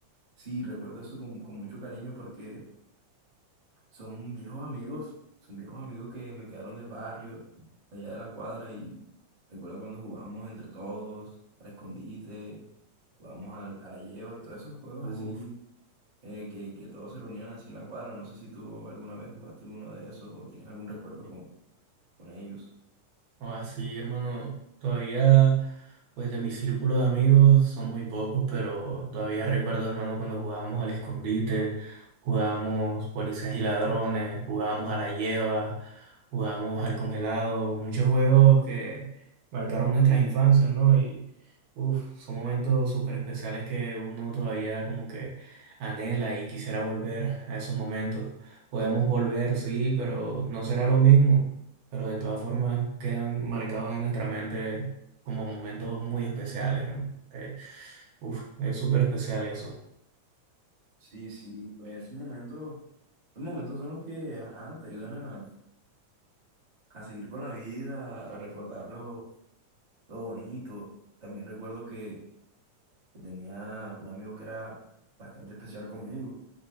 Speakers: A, on the right; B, on the right.
A: sí, recuerdo eso con, con mucho cariño porque Son viejos amigos, son viejos amigos que me quedaron del barrio, de allá de la cuadra, y recuerdo cuando jugábamos entre todos, al escondite, jugábamos al- a la lleva y todos esos juegos
B: Uf.
A: así, eh, que, que todos se reunían así en la cuadra. No sé si tú alguna vez jugaste alguno de esos o tienes algún recuerdo con, con ellos.
B: O así, hermano, todavía, pues de mi círculo de amigos son muy pocos, pero todavía recuerdo, hermano, cuando jugábamos al escondite, jugábamos policías y ladrones, jugábamos a la lleva, jugábamos al congelado, muchos juegos que marcaron nuestras infancias, ¿no? Y, uff, son momentos súper especiales que uno todavía como que anhela y quisiera volver a esos momentos. Podemos volver, sí, pero no será lo mismo pero de todas formas quedan marcados en nuestra mente como momentos muy especiales, hermano. Eh, uf, es súper especial eso.
A: Sí, sí, pues esos momentos, esos momentos son los que, ajá, te ayudan a, a seguir con la vida, a recordar lo, lo bonito. También recuerdo que que tenía un amigo que era bastante especial conmigo.